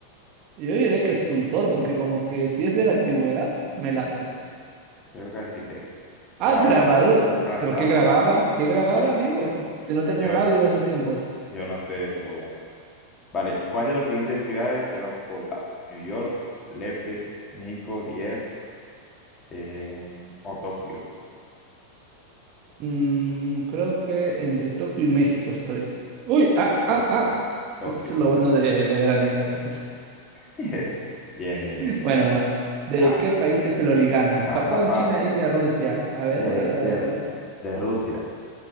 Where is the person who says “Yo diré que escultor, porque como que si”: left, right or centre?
Right